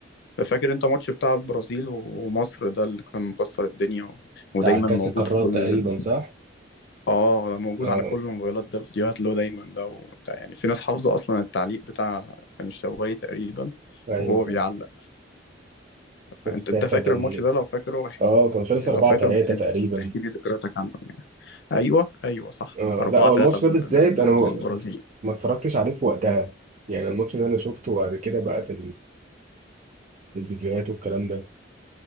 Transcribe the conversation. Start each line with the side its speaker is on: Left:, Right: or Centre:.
Left: فاكر انت ماتش بتاع البرازيل ومصر ده اللي كان مكسر الدنيا و... ودايما
Right: بتاع كأس
Left: موجود
Right: القارات
Left: في كل
Right: تقريبا
Left: ال...
Right: صح؟
Left: اه موجود
Right: آه
Left: على كل الموبايلات ده فيديوهات له دايما ده, و... ده يعني في ناس حافظه اصلا التعليق بتاع كان الشوالي تقريبا
Right: ايوه
Left: وهو
Right: صح
Left: بيعلق
Right: كنت
Left: انت
Right: ساعتها
Left: انت فاكر
Right: كان
Left: الماتش ده لو فاكره احكي-
Right: اه كان خلص
Left: لو
Right: 4
Left: فاكر
Right: 3
Left: ممكن
Right: تقريبا
Left: تحكي لي ذكرياتك عنه يعني. ايوه ايوه صح
Right: آه
Left: 4
Right: لا هو
Left: 3
Right: الماتش ده بالذات انا ما
Left: للبرازيل
Right: ما اتفرجتش عليه في وقتها يعني الماتش ده انا شفته بعد كده بقى في الفيديوهات والكلام ده